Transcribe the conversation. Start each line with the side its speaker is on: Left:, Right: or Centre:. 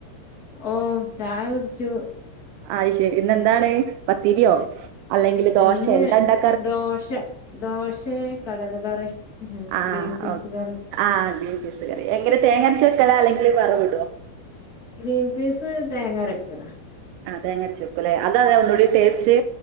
Left: ഓഹ് ചായ കുടിച്ചു
Right: അത് ശരി ഇന്നെന്താണ് പത്തിരിയോ ദോശയോ
Left: ഇന്ന്
Right: എന്താ ഉണ്ടാ
Left: ദോശ ദോശയും കടല കറി
Right: ആഹ്
Left: ഗ്രീൻ പീസ്
Right: ഓ
Left: കറി
Right: ആഹ് ഗ്രീൻ പീസ് കറി എങ്ങനെ തേങ്ങ അരച്ച് വക്കലാ അല്ലെങ്കിൽ വറവിടുവോ
Left: ഗ്രീൻ പീസ് തേങ്ങ അരക്കലാ
Right: ആഹ് തേങ്ങ അരച്ച് വക്കൂല്ലേ അതാ അല്ലേ ഒന്നൂടി ടേസ്റ്റ്